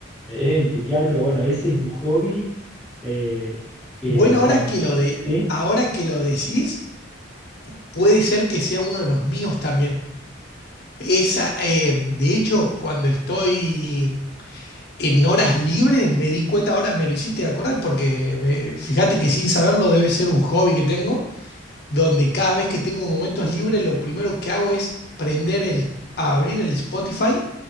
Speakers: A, in the centre; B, on the left.
A: me deben putear, pero bueno, ese es un hobby eh, que
B: Bueno, ahora
A: cuando...
B: que lo de,
A: Sí,
B: ahora que lo decís, puede ser que sea uno de los míos también. Esa, eh, de hecho, cuando estoy en horas libres, me di cuenta, ahora me lo hiciste acordar, porque me- fíjate que sin saberlo debe ser un hobby que tengo, donde cada vez que tengo momentos libres, lo primero que hago es prender el, abrir el Spotify